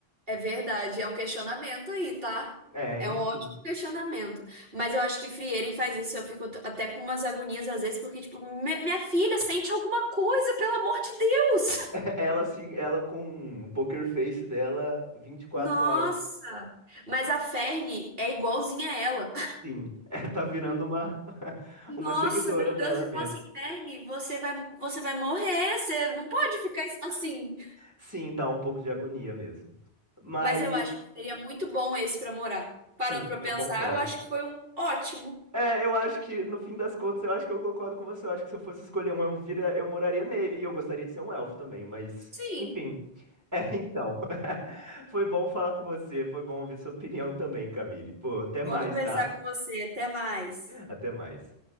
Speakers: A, on the right; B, on the right.
A: É verdade, é um questionamento aí, tá?
B: É,
A: É
B: enfim.
A: um ótimo questionamento. Mas eu acho que Frierin faz isso. Eu fico t- até com umas agonias às vezes, porque, tipo, "Mi- minha filha sente alguma coisa, pelo amor de Deus!
B: <laughs> Ela sim, ela com o poker face dela vinte e quatro
A: Nossa!
B: horas.
A: Mas a Ferne é igualzinha a ela.
B: Sim, é, tá virando uma <laughs>
A: Nossa,
B: uma seguidora
A: meu
B: dela
A: Deus, e
B: mesmo.
A: fala assim, Verne, você vai, você vai morrer, você não pode ficar assim.
B: Sim, dá um pouco de agonia mesmo. Mas
A: Mas eu acho que seria muito bom esse pra morar. Parando
B: sim,
A: pra
B: eu
A: pensar,
B: concordo.
A: eu acho que foi um ótimo.
B: É, eu acho que no fim das contas eu acho que eu concordo com você. Eu acho que se eu fosse escolher um, eu, vira, eu moraria nele e eu gostaria de ser um elfo também, mas
A: Sim,
B: enfim. É, então. <laughs> Foi bom falar com você, foi bom ouvir sua opinião também, Camille. Pô, até
A: bom
B: mais,
A: conversar
B: tá?
A: com você. Até mais.
B: Até mais.